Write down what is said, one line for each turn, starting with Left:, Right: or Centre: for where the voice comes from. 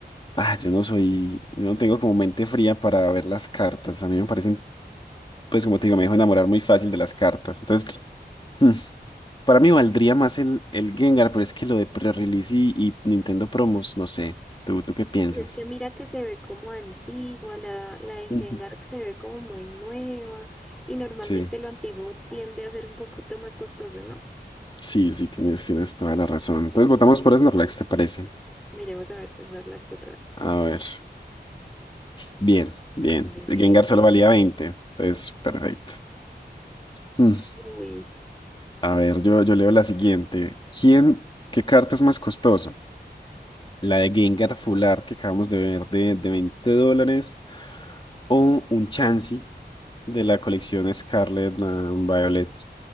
Left: Ah, yo no soy, yo no tengo como mente fría para ver las cartas. A mí me parecen, pues como te digo, me dejo enamorar muy fácil de las cartas. Entonces, hmm, para mí valdría más el, el Gengar, pero es que lo de pre-release y, y Nintendo Promos, no sé. ¿Tú, tú qué piensas?
Centre: Y es que mira que se ve como antigua, la, la de
Left: Ujú.
Centre: Jengar se ve como muy nueva y normalmente
Left: Sí,
Centre: lo antiguo tiende a ser un poquito más costoso, ¿no?
Left: sí, sí, tienes, tienes toda la razón. Entonces votamos por Snorlax, ¿te parece?
Centre: Miremos a ver Snorlax otra vez.
Left: A ver, bien, bien.
Centre: Bien,
Left: El Gengar
Centre: bien,
Left: solo valía
Centre: bien.
Left: 20, entonces perfecto. Hmm,
Centre: Uy.
Left: A ver, yo, yo leo la siguiente. ¿Quién, qué carta es más costosa? La de Gengar Full Art que acabamos de ver de, de 20 dólares. O un Chansey de la colección Scarlet ah, Violet